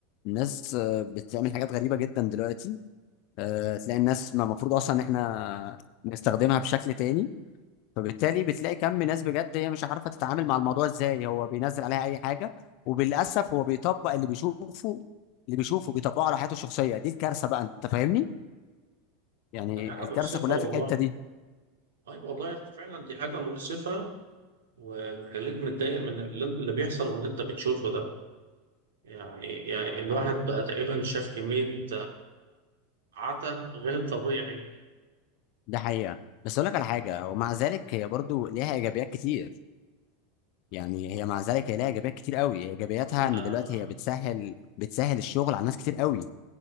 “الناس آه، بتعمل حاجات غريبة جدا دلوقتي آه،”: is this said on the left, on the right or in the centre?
Left